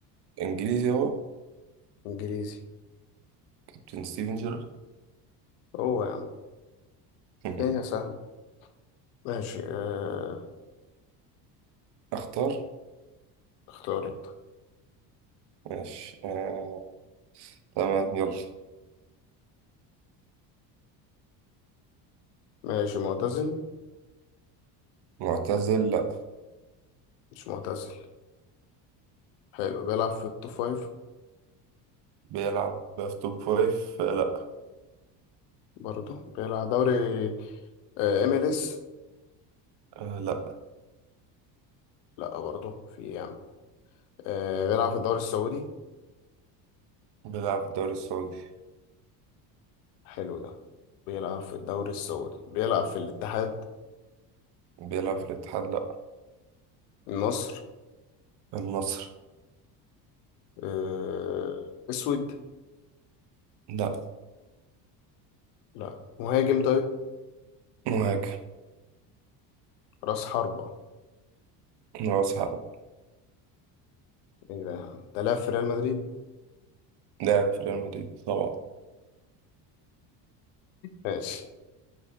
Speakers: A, on the right; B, on the left.
A: انجليزي هو
B: إنجليزي
A: كابتن ستيفن جيرارد
B: هو يا عم
A: <laughs>
B: الدنيا سهلة ماشي آه.
A: اختار
B: اختار أنت
A: ماشي آه. تمام يلا
B: ماشي معتزل
A: معتزل لا
B: مش معتزل حلو بيلعب في التوب فايف
A: بيلعب في توب فايف آه، لا
B: برضه بيلعب دوري آه، ام ال اس
A: آه. لا
B: لا برضه في إيه يا عم آه. بيلعب في الدوري السعودي
A: بيلعب في الدوري السعودي
B: حلو ده بيلعب في الدوري السعودي بيلعب في الاتحاد
A: بيلعب في الاتحاد لا
B: النصر
A: النصر
B: آه. اسود
A: لا
B: لا مهاجم طيب
A: مهاجم
B: راس حربة
A: راس حرب
B: ايه ده يا عم ده لاعب في ريال مدريد
A: لاعب في ريال مدريد طبعا
B: ماشي